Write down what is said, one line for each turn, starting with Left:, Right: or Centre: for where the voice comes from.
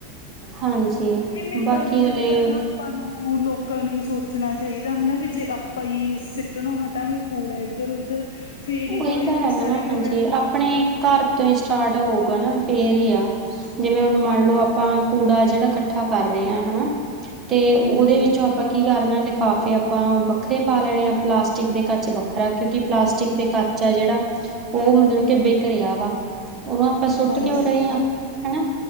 Right: ਹਾਂਜੀ
Left: ਇਹ ਮੈਨੂੰ
Right: ਬਾਕੀ
Left: ਲੱਗਦਾ ਦੀਦੀ
Right: ਹਲੇ
Left: ਪਹਿਲਾਂ ਆਪਾਂ ਨੂੰ ਲੋਕਾਂ ਨੂੰ ਵੀ ਸੋਚ ਸੋਚਣਾ ਚਾਹੀਦਾ ਹਨਾ ਵੀ ਜੇ ਆਪਾਂ ਹੀ ਸਿੱਟਨੋ ਹਟਾਂਗੇ ਕੂੜਾ ਇੱਧਰ-ਉੱਧਰ ਫੇਰ
Right: ਉਹੀ
Left: ਹੀ ਹੌਲੀ-ਹੌਲੀ
Right: ਤਾਂ ਹੈਗਾ
Left: ਸਾਰੇ
Right: ਨਾ ਹਾਂਜੀ
Left: ਹੱਟਣਗੇ।
Right: ਆਪਣੇ ਘਰ ਤੋਂ ਹੀ ਸਟਾਰਟ ਹੋਊਗਾ ਨਾ ਫੇਰ ਹੀ ਆ, ਜਿਵੇਂ
Left: ਹਾਂਜੀ,
Right: ਹੁਣ ਮੰਨਲਓ
Left: ਹਾਂਜੀ,
Right: ਆਪਾਂ ਕੂੜਾ ਜਿਹੜਾ ਇਕੱਠਾ ਕਰ ਰਹੇ ਆ ਹਨਾ ਤੇ ਉਹਦੇ
Left: ਹਾਂਜੀ,
Right: ਵਿੱਚੋਂ ਆਪਾਂ ਆਪਾਂ ਕੀ ਕਰਨਾ ਲਿਫਾਫੇ ਆਪਾਂ ਵੱਖਰੇ ਪਾ ਲੈਣੇ ਆ ਪਲਾਸਟਿਕ ਦੇ ਕੱਚ ਵੱਖਰਾ ਕਿਉਂਕਿ ਪਲਾਸਟਿਕ ਪਲਾਸਟਿਕ ਤੇ ਕੱਚ ਜਿਹੜਾ ਉਹ ਮਤਲਬ ਕਿ ਬਿਕ ਵਾ ਉਹਨੂੰ ਆਪਾਂ ਸੁੱਟ
Left: ਹਾਂਜੀ,
Right: ਕਿਉਂ ਰਹੇ ਹਾਂ ਹਨਾ,